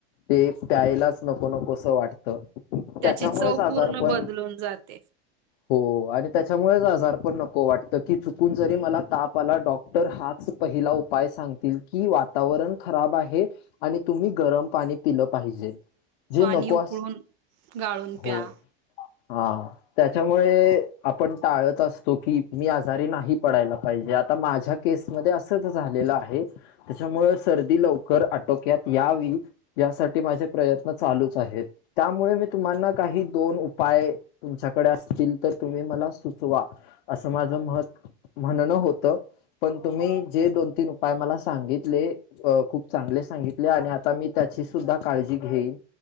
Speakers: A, on the left; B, on the right.
A: ते प्यायलाच नको नकोसं वाटतं.
B: त्याची
A: त्याच्यामुळेच
B: चव पूर्ण
A: आजारपण
B: बदलून जाते.
A: हो आणि त्याच्यामुळेच आजार पण नको वाटत की चुकून जरी मला तापला डॉक्टर हात पहिला उपाय सांगतील की वातावरण खराब आहे. आणि तुम्ही गरम पाणी पिलं पाहिजे. जे
B: पाणी
A: नकोस
B: उकळून गाळून
A: हो
B: प्या.
A: हा त्याच्यामुळे आपण टाळत असतो की मी आजारी नाही पडायला पाहिजे आता माझ्या केस मध्ये असंच झालेलं आहे त्याच्यामुळे सर्दी लवकर आटोक्यात यावी यासाठी माझे प्रयत्न चालूच आहेत त्यामुळे मी तुम्हाना काही दोन उपाय तुमच्याकडे असतील तर तुम्ही मला सुचवा असं माझं मत म्हणणं होतं पण तुम्ही जे दोन तीन उपाय मला सांगितले. अ खूप चांगले सांगितले आणि आता मी त्याची सुद्धा काळजी घेईन